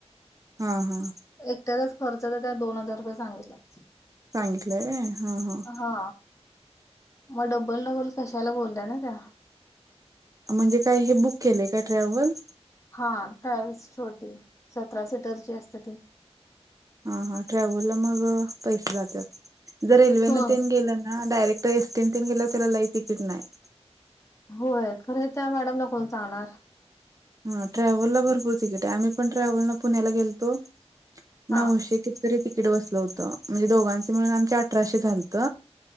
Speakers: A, on the right; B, on the left.
A: हा हा.
B: एकट्याचाच खर्च तर त्यात दोन हजार रुपये सांगितल्यात.
A: सांगितलंय व्हय, हं हं
B: हा. म डबल डबल कशाला बोलल्या ना त्या
A: म्हणजे काय हे बुक केलंय काय, ट्रॅव्हल?
B: हा ट्रॅवल्स छोटी, सतरा सीटरची असते ती.
A: हा हा ट्रॅव्हलला मग पैसे जात्यात, जर रेल्वे
B: हो
A: न तेन गेलं ना, डायरेक्ट त एसटी तिन गेल्याव त्याला लय टिकीट नाय.
B: होय, खरंय त्या मॅडमला कोण सांगणार?
A: ह ट्रॅव्हलला भरपूर तिकीट हाय, आम्ही पण ट्रॅव्हलनं पुण्याला गेलतो
B: हा
A: नऊशे किती तरी तिकीट बसलं होत, म्हणजे दोघांच मिळून आमचे अठराशे झालत